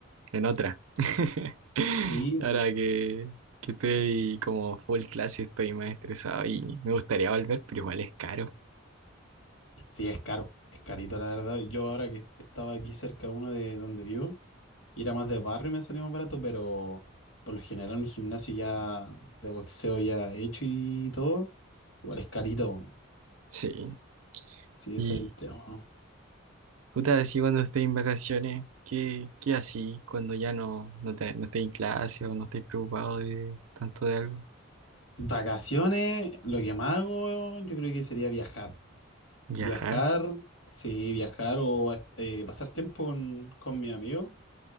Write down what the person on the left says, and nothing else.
Sí,
sí, es caro, es carito la verdad. Yo ahora que estaba aquí cerca uno de donde vivo, ir a más de barrio me salía más barato, pero por lo general un gimnasio ya de boxeo ya hecho y todo, igual es carito. weón.
Sí,
ese es el tema.
Vacaciones, lo que más hago yo creo que sería viajar.
Viajar, sí, viajar o est- eh, pasar tiempo con, con mis amigos